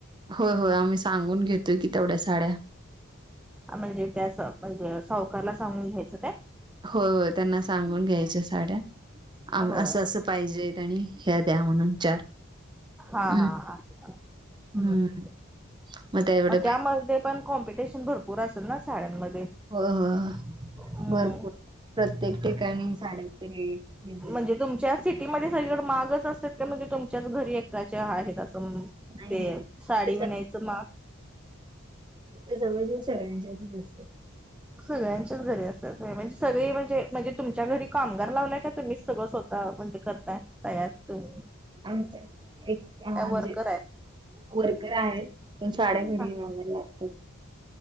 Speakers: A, on the right; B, in the centre.
A: होय होय आम्ही सांगून घेतोय की, तेवढ्या साड्या
B: म्हणजे ते अस, म्हणजे सावकारला सांगून घ्यायचं काय?
A: होय होय त्यांना सांगून घ्यायच्या साड्या आम्ही
B: होय
A: आस आस पाहिजेेत आणि ह्या द्या म्हणून चार
B: हा
A: हम्म
B: हा आस, मग
A: हम्म मग तेवढे
B: त्यामध्ये
A: पै
B: पण कॉम्पिटिशन भरपूर असेल ना साड्यांमध्ये?
A: होय होय
B: हम्म
A: भरपूर प्रत्येक ठिकाणी साड्यांचे रेट डिझाईन
B: म्हणजे तुमच्या सिटीमध्ये सगळीकडे महाग च असत का म्हणजे तुमच्याच घरी एकाच्या आहेत असं
A: नाही
B: ते
A: नाही
B: साडी
A: इथं
B: वीनायचं माग
A: इथ जवळच सगळ्यांच्यातच असतं.
B: सगळ्यांच्याच घरी असाल म्हणजे सगळे म्हणजे म्हणजे तुमच्या घरी कामगार लावलंय का तुम्हीच सगळं म्हणजे करताय तयार तुम्ही
A: आमचे एक म्हणजे
B: का वर्कर आहे?
A: वर्कर आहेत पण साड्या घडी
B: हा
A: घायला लागतात.